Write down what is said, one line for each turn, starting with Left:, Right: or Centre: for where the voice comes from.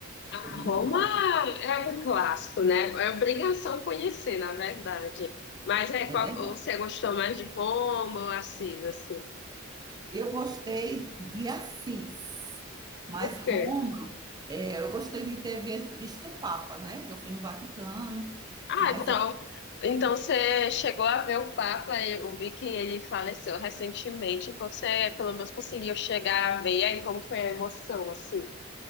Left: A
Right: Foi muito
Left: Roma
Right: bom.
Left: é um clássico, né? É obrigação conhecer, na verdade. Mas é qual,
Right: É verdade.
Left: você gostou mais de Roma ou Assis, assim?
Right: Eu gostei de Assis, mas
Left: O
Right: Roma,
Left: quê?
Right: é, eu gostei de ter vi- visto o Papa, né? Que eu fui no Vaticano,
Left: Ah,
Right: mas
Left: então,
Right: é,
Left: então você chegou a ver o Papa, eu vi que ele faleceu recentemente, então você pelo menos conseguiu chegar a ver aí como foi a emoção, assim.